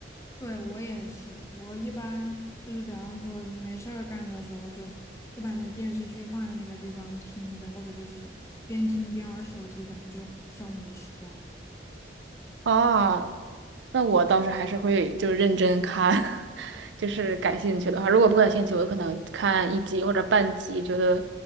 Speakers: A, on the left; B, on the right.
A: 对，我也是，我一般就是比方说没事儿干的时候就，就把那电视剧放在那个地方听着，或者就是边听边玩手机，反正就消磨时光嘛。
B: 啊，那我倒是还是会就是认真看，<laughs> 就是感兴趣的话，如果不感兴趣，我可能看一集或者半集，觉得